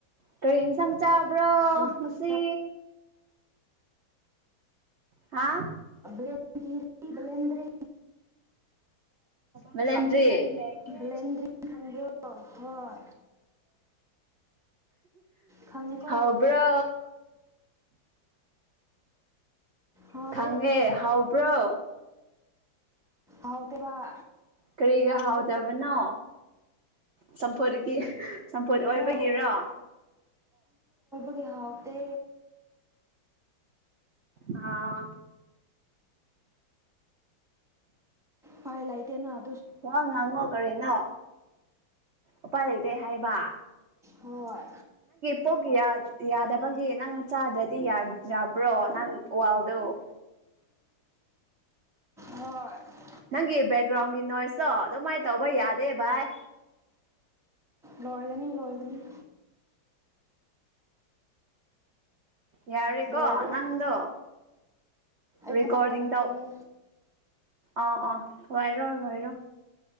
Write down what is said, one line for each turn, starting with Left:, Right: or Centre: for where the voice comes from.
Right: ꯇ꯭ꯔꯦꯟ ꯆꯪ ꯆꯕ꯭ꯔꯣ
Centre: ꯍꯧꯖꯤꯛ
Right: ꯉꯁꯤ ꯍꯥꯥ
Centre: ꯀꯔꯤ ꯀꯂꯦꯟꯗꯔꯤ
Right: ꯃꯂꯟꯔꯤ ꯃꯒꯤꯔ
Centre: ꯕ꯭ꯂꯦꯟꯗ꯭ꯔꯤ ꯈꯪꯕ꯭ꯔꯣ ꯍꯣꯏ ꯈꯪꯉꯦꯀꯣ
Right: ꯍꯕ꯭ꯔꯣ
Centre: ꯍꯥꯎꯇꯦ
Right: ꯈꯪꯉꯦ ꯍꯥꯎꯕ꯭ꯔꯣ
Centre: ꯑꯥꯎꯗꯕ
Right: ꯀꯔꯤꯒ ꯍꯥꯎꯗꯕꯅꯣ ꯆꯝꯐꯨꯠꯀꯤ ꯆꯝꯐꯨꯠ ꯑꯣꯏꯕꯒꯤꯔꯣ
Centre: ꯍꯣꯏ ꯒ ꯍꯥꯎ ꯇ
Right: ꯑꯥ
Centre: ꯄꯥꯏ ꯂꯥꯏꯗꯦꯅ
Right: ꯋꯥ ꯉꯥꯡꯉꯣ ꯀꯔꯤꯅꯣ ꯎꯄꯥꯏ ꯂꯩꯇ ꯍꯥꯏꯕ
Centre: ꯍꯣꯏ
Right: ꯄꯣꯛ ꯌꯥꯗꯕꯒꯤ ꯅꯪ ꯆꯥꯗ꯭ꯔꯗꯤ ꯌꯥꯗꯕ꯭ꯔꯣ ꯅꯪ ꯋꯥ ꯋꯥꯜꯗꯣ
Centre: ꯍꯣꯏ
Right: ꯅꯪꯒꯤ ꯕꯦꯛꯒ꯭ꯔꯥꯎꯟꯒꯤ ꯅꯣꯏꯁꯇꯣ ꯑꯗꯨꯃꯥꯏꯅ ꯇꯧꯕ ꯌꯥꯗꯦ ꯚꯥꯏ
Centre: ꯂꯣꯏꯗꯅꯤ ꯂꯣꯏꯗꯅꯤ
Right: ꯌꯥꯔꯔꯤꯀꯣ
Centre: ꯂꯣꯏꯔꯦ
Right: ꯅꯪꯗꯨꯣ
Centre: ꯑꯩ
Right: ꯔꯀꯣꯔꯗꯤꯡ
Centre: ꯊꯕꯛ ꯇꯧꯕꯒꯤꯅꯦ
Right: ꯇ ꯑ ꯑ ꯋꯥꯏꯔꯣ ꯂꯔꯣ